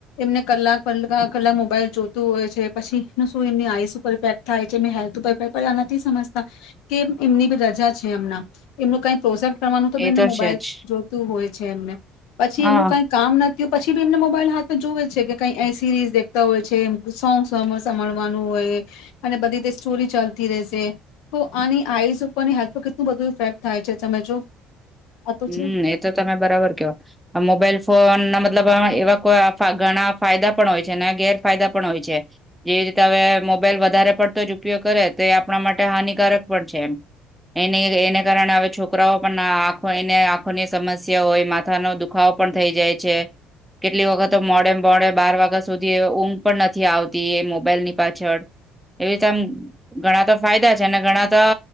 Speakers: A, on the left; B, in the centre.
A: એમને કલાક કલા કલાક મોબાઈલ જોતું હોય છે પછી શું એમની આઈસ ઉપર ઇફેક્ટ થાય છે એ હેલ્થ ઉપર ઇફેક્ટ પ આ નથી સમજતા કે એમનીી રજા છે એમના એમનું કઈ પ્રોસેક્ટ કરવાનું તો
B: એ
A: બેને મોબાઈલ
B: છે જ
A: જોતું હોય છે એમને પછી
B: હા
A: એમનું કઈ કામ નથી તો પછી બી એમને મોબાઈલ હાથમાં જોવે જ છે કે કઈ અ સીરીઝ દેતા હોય છે સોંગ્સ મળવાનું હોય અને બધી રી સ્ટોરી ચાલતી રહેશે તો અનેની આઈઝ ઉપરની હેલ્થ પર કેટલું બધું ઇફેક્ટ થાય છે તમે જો આ તો
B: હમ
A: છે
B: એ તો તમે બરાબર કેવા આ મોબાઈલ ફોન મતલબ એવા કો ઘણા ફાયદા પણ હોય છે ગેરફાયદા પણ હોય છે જેવી રીતે હવે મોબાઈલ વધારે પડતો જ ઉપયોગ કરે તો એ આપણા માટે હાનિકારક પણ છે એ એની એને કારણે હવે છોકરાઓ પણ કોઈને આંખો ની સમસ્યા હોય માથાનો દુખાવો પણ થઈ જાય છે કેટલી વખત મોડે મોડે બાર વાગ્યા સુધી ઊંઘ પણ નથી આવતી એ મોબાઈલ ની પાછળ એવીતેમ ગણા તો ફાયદા છે અને ઘણાતા